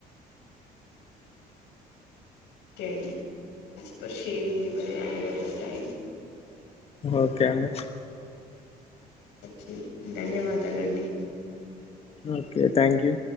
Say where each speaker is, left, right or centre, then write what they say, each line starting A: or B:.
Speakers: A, on the left (about 85°); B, on the left (about 35°).
A: can thanks for sharing your valuable time
B: okay అండి
A: ఓకే ధన్యవాదాలు అండి
B: ఓకే థ్యాంక్ యూ